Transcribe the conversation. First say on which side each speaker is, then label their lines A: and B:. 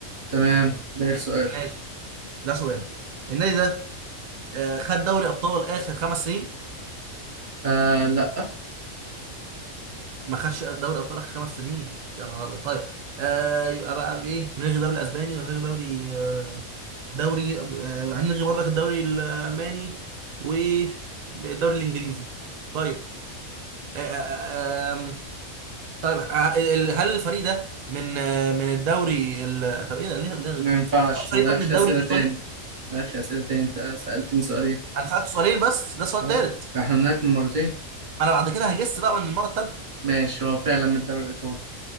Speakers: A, on the right (about 40°); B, on the right (about 85°).
A: تمام بالك سؤال
B: ماشي ده سؤال النادي ده آه خد دوري ابطال اخر خمس سنين
A: آه لأ
B: ما خدش دوري ابطال اخر خمس سنين يا نهار ابيض طيب آه يبقى بقى بايه نلغي دوري اسباني ونلغي دوري آه، دوري آه، هنلغي برضك الدوري الالماني والدوري الانجليزي طيب آه، آه، آه، آم، طيب آه، ال- هل الفريق ده من آه، من الدوري ال... طب ايه ده ليه ليه غير
A: ما
B: مصر
A: ينفعش
B: هل الفريق
A: مالكش
B: ده من الدوري
A: أسئلة
B: الايطالي
A: تاني مالكش أسئلة تاني أنت سألتني سؤالين
B: انا سالت سؤالين بس ده السؤال
A: اه
B: الثالث
A: احنا هناك من مرتين
B: انا بعد كده هجس بقى من المره الثالثه
A: ماشي هو فعلا من الدوري الإيطالي